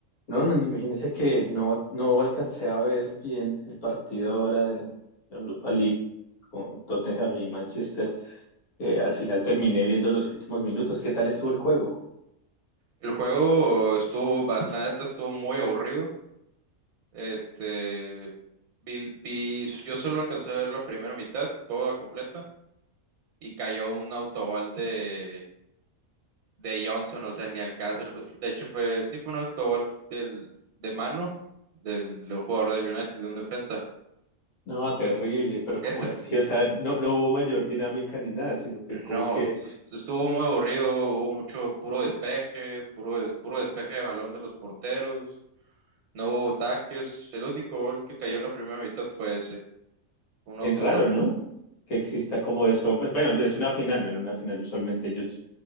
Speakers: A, on the left (about 85°); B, on the right (about 85°).
A: No, man, imagínese que no, no alcancé a ver bien el partido ahora de la Europa League con Tottenham y Manchester. Eh, al final terminé viendo los últimos minutos. ¿Qué tal estuvo el juego?
B: El juego estuvo, bas- la neta estuvo muy aburrido. Este, vi- vi- yo solo alcancé a ver la primera mitad, toda completa, y cayó un autogol de, de Johnson, o sea, ni al caso. el ju- De hecho, fue, sí, fue un autogol del, de mano del, del jugador del United, de un defensa.
A: No, terrible, pero
B: Ese,
A: como así, o sea, no, no hubo mayor dinámica ni nada, sino que es como
B: No,
A: que
B: estu- estuvo muy aburrido, hubo mucho puro despeje, puro, des- puro despeje de balón de los porteros, no hubo ataques, el único gol que cayó en la primera mitad fue ese, fue un
A: Es
B: autogol.
A: raro, ¿no? Que exista como eso. Bueno, es una final, ¿no? En una final usualmente ellos